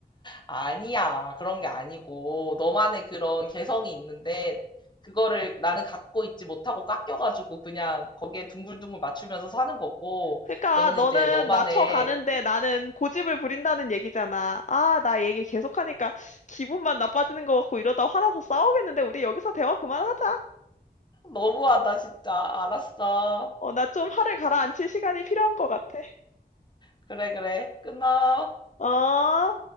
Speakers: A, on the left; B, on the left.
A: 아니야. 그런 게 아니고, 너만의 그런 개성이 있는데, 그거를 나는 갖고 있지 못하고 깎여가지고 그냥 거기에 둥글둥글 맞추면서 사는 거고,
B: 그러니까
A: 너는
B: 너는
A: 이제 너만의,
B: 맞춰가는데 나는 고집을 부린다는 얘기잖아. 아, 나 얘기 계속하니까 기분만 나빠지는 것 같고 이러다 화나서 싸우겠는데 우리 여기서 대화 그만하자.
A: 너무하다, 진짜. 알았어.
B: 어, 나 좀 화를 가라앉힐 시간이 필요한 것 같아.
A: 그래, 그래. 끊어.
B: 어?